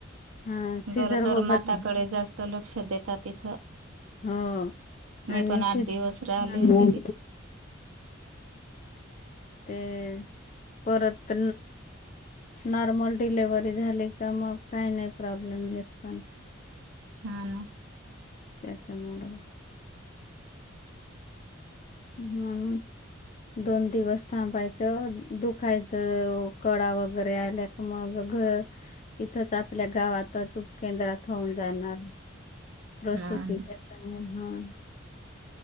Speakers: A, on the left; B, on the right.
A: हा सीझर
B: गरोदर
A: बत.
B: माताकडे जास्त लक्ष देतात तिथं
A: हो
B: मी
A: आणि
B: पण आठ दिवस राहिले
A: हम
B: होते तिथं
A: ते पररत. नॉर्मल डिलेव्हरी झाली का मग काही नाही प्रॉब्लेम घेत पण
B: ह ना.
A: त्याच्यामुळेड हा... दोन दिवस थांबायचं दुखायचं कळा वगैरे आल्या का मग... इथच आपल्या गावातच उपकेंद्रात होऊन जाणार.. रस
B: हा
A: होते
B: ना,
A: त्याच्यामुळे हा..